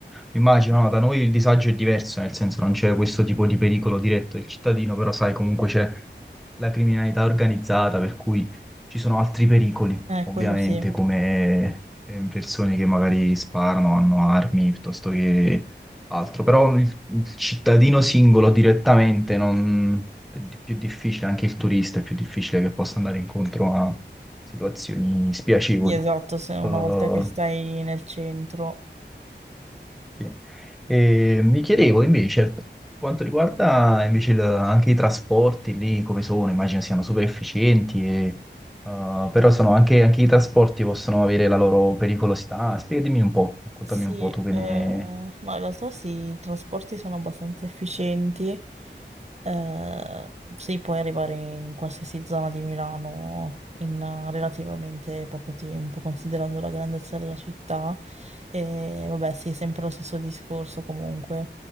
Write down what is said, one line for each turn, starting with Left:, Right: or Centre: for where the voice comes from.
Centre: immagino, no, da noi il disagio è diverso, nel senso non c'è questo tipo di pericolo diretto del cittadino, però sai, comunque c'è la criminalità organizzata, per cui ci sono altri pericoli,
Right: Eh,
Centre: ovviamente,
Right: quello sì.
Centre: come eh, persone che magari sparano, hanno armi, piuttosto che altro, però il, il cittadino singolo direttamente non- è di- più difficile, anche il turista è più difficile che possa andare incontro a situazioni spiacevoli.
Right: Sì, esatto, se una
Centre: Eh,
Right: volta che stai nel centro.
Centre: sì. E mi chiedevo invece, per quanto riguarda invece il- anche i trasporti lì, come sono, immagino siano super efficienti, e, uh, però sono anche, anche i trasporti possono avere la loro pericolosità. Spiegami un po', raccontami
Right: Sì,
Centre: un po'
Right: eh,
Centre: tu che ne...
Right: ma in realtà sì, i trasporti sono abbastanza efficienti, eh, sì, puoi arrivare in qualsiasi zona di Milano in eh, relativamente poco tempo, considerando la grandezza della città, e vabbè sì, sempre lo stesso discorso comunque,